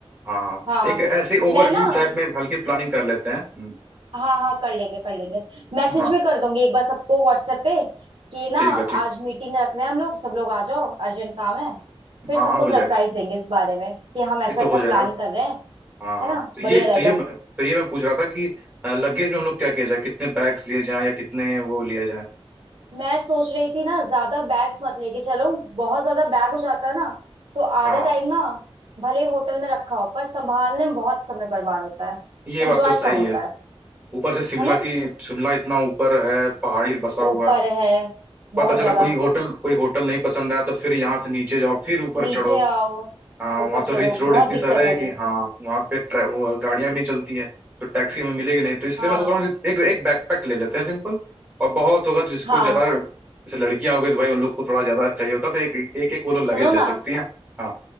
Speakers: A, on the right; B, on the right.
A: हाँ
B: हाँ
A: एक ऐसी ओवरव्यू
B: मैं ना
A: टाइप में हल्की प्लानिंग कर लेते हैं हम्म।
B: हाँ हाँ कर लेंगे कर लेंगे मैसेज
A: हाँ।
B: भी कर दूंगी एक बार सबको व्हाट्सएप पे कि ना
A: ठीक है ठीक
B: आज मीटिंग रख रहे हैं हम लोग सब लोग आ जाओ अर्जेंट काम है फिर
A: हाँ
B: सबको
A: हाँ हो
B: सरप्राइज
A: जाएगा
B: देंगे इस बारे में कि हम ऐसा
A: ये तो
B: ऐसा
A: हो
B: प्लान
A: जाएगा
B: कर रहे हैं
A: हाँ हाँ
B: है ना
A: तो
B: बढ़िया
A: ये
B: रहेगा
A: तो ये मैं- तो ये मैं पूछ रहा था कि लगेज में हम लोग क्या किया जाए कितने बैग्स लिए जाएं या कितने वो लिए जाएं
B: मैं सोच रही थी ना ज्यादा बैग्स मत लेके चलो बहुत ज्यादा बैग हो जाता है ना तो आधा
A: हाँ
B: टाइम ना भले होटल में रखा हो पर संभालने में बहुत समय बर्बाद होता है
A: ये
B: एंजॉय
A: बात तो सही
B: कम होता
A: है
B: है
A: ऊपर से शिमला
B: है ना
A: की शिमला इतना ऊपर है पहाड़ी बसा हुआ
B: ऊपर
A: है
B: है बहुत
A: पता चला
B: ज्यादा
A: कोई होटल कोई होटल नहीं पसंद आया तो फिर यहाँ से नीचे जाओ फिर ऊपर
B: नीचे
A: चढ़ो
B: आओ
A: हाँ
B: ऊपर
A: वहाँ तो
B: चढ़ो
A: रिच
B: बहुत
A: रोड इतने
B: दिक्कत
A: सारे हैं
B: होगी
A: कि हाँ वहाँ पे ट्रै- वो गाड़ियाँ भी नहीं चलती हैं तो टैक्सी हमें मिलेगी नहीं तो इसलिए
B: हाँ
A: मैं सोच रहा हूँ कि एक एक बैकपैक ले लेते हैं सिंपल और बहुत होगा तो जिसको
B: हाँ
A: ज्यादा जैसे लड़कियां हो गई तो भाई उन लोग को थोड़ा ज्यादा चाहिए होता है, तो एक एक एक वो लोग लगेज
B: सुनो
A: ले
B: ना
A: सकती हैं हाँ